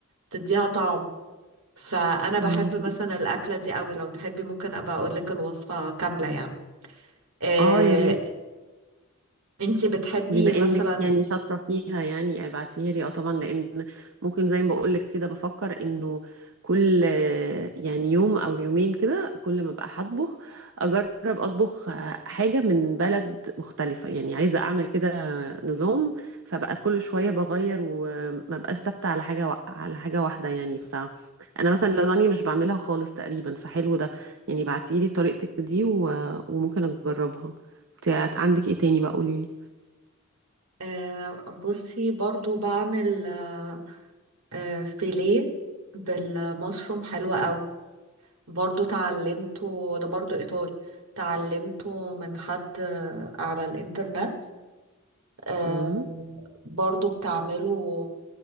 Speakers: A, on the right; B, on the right.
A: تديها طعم فانا
B: مم.
A: بحب مثلا الاكلة دي قوي لو تحبي ممكن ابقى اقول لك الوصفة كاملة يعني آه،
B: اه يا ريت
A: انتي بتحبي
B: بما
A: مثلا
B: انك يعني شاطره فيها يعني ابعتيها لي اه طبعا لان ممكن زي ما بقول لك كده بفكر انه كل آه، يعني يوم او يومين كده كل ما ابقى هطبخ اجرب اطبخ آه، حاجه من بلد مختلفه يعني عايزه اعمل كده نظام فبقى كل شويه بغير وما بقاش ثابته على حاجه وا- على حاجه واحده يعني فانا مثلا اللازانيا مش بعملها خالص تقريبا فحلو ده يعني بعتيلي طريقتك دي و- وممكن اجربها كنت عندك ايه تاني بقى قوليلي
A: آه، بصي برضو بعمل آه، آه، فيليه بالمشروم حلو قوي برضو تعلمته ده برضو ايطالي تعلمته من حد آه، على الانترنت آه،
B: امم
A: برضو بتعمله